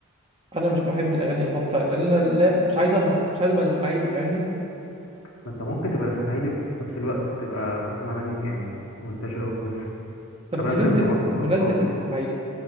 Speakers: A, on the right; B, on the left.
A: انا مش محب الاغاني الهابطه لان انا لا مش عايز اهبط مش عايز ابقى الاسماعيلي فاهمني
B: ما أنت ممكن تبقى الإسماعيلي بس في نفس الوقت تبقى بتسمع أغاني يعني منتشرة وكويسة
A: طب
B: خلي
A: بمناسبه
B: بالك تنفع برضه
A: بمناسبه
B: كأفراح
A: الاسماعيلي